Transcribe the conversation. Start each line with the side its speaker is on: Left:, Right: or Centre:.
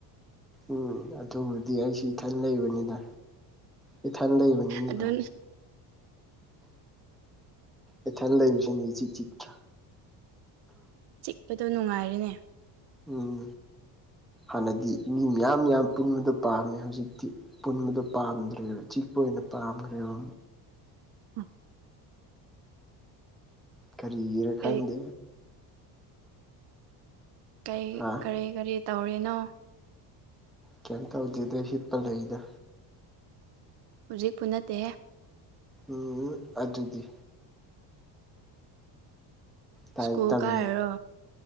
Centre: ꯎꯝ ꯑꯗꯨꯕꯨꯗꯤ ꯑꯩꯁꯨ ꯏꯊꯟ ꯂꯩꯕꯅꯤꯗ ꯏꯊꯟ ꯂꯩꯕꯅꯤꯅ ꯅꯨꯡꯉꯥꯏ
Right: ꯑꯗꯨ
Centre: ꯏꯊꯟ ꯂꯩꯕꯁ ꯏꯆꯤꯛ ꯆꯤꯛꯇꫪ
Right: ꯆꯤꯛꯄꯗꯣ ꯅꯨꯪꯉꯥꯏꯔꯤꯅꯦ
Centre: ꯎꯝ ꯍꯥꯟꯅꯗꯤ ꯃꯤ ꯃꯌꯥꯝ ꯌꯥꯝ ꯄꯨꯟꯕꯗ ꯄꯥꯝꯃꯦ ꯍꯧꯖꯤꯛꯇꯤ ꯄꯨꯟꯕꯗꯣ ꯄꯥꯝꯗ꯭ꯔꯦꯕ ꯆꯤꯛꯄ ꯑꯣꯏꯅ ꯄꯥꯝꯈ꯭ꯔꯦꯕ
Right: ꯎꯝ
Centre: ꯀꯔꯤꯒꯤꯔ
Right: ꯀꯔꯤ
Centre: ꯈꯪꯗꯦ
Right: ꯀꯩ
Centre: ꯍꯥ
Right: ꯀꯔꯤ ꯀꯔꯤ ꯇꯧꯔꯤꯅꯣ
Centre: ꯀꯩꯝꯇꯧꯗꯦꯗꯥ ꯍꯤꯞ ꯄꯒ ꯂꯩꯗ
Right: ꯍꯧꯖꯤꯛꯄꯨ ꯅꯠꯇꯦ
Centre: ꯎꯝ ꯑꯗꯨꯗꯤ ꯂꯥꯏꯔꯤꯛ
Right: ꯁ꯭ꯀꯨꯜ
Centre: ꯇꯝꯃꯤꯌꯦ
Right: ꯀꯥꯔꯔꯣ